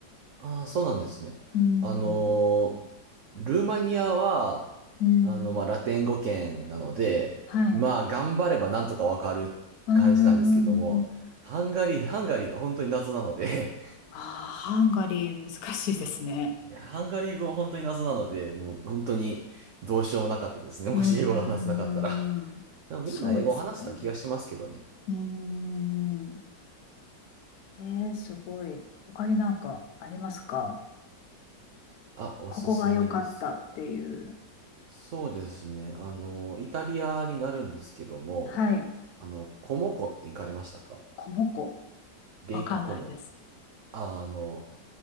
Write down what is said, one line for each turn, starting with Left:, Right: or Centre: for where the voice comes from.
Right: ああ、そうなんですね。
Left: うん、
Right: あのールーマニアは、
Left: うん、
Right: あの、まあ、ラテン語圏なので、
Left: はい。
Right: まあ、頑張ればなんとかわかる感じなんですけども、
Left: うん、うん、うん。
Right: ハンガリー、ハンガリーは本当に謎なので
Left: ああ、ハンガリー難しいですね。
Right: いや、ハンガリー語は本当に謎なので、もう本当にどうしようもなかったですね。もし英語が話せなかったら。
Left: うん、うんうんうんそうですよね。
Right: でもみんな英語を話した気がしますけどね。
Left: うん。えー、すごい。他になんかありますか
Right: あ、おすすめですか。
Left: ここが良かったっていう。
Right: そうですね。あの、イタリアになるんですけども、
Left: はい。
Right: あの、コモ湖って行かれましたか
Left: コモコ。
Right: レイクコモ。
Left: わかんないです。
Right: あの、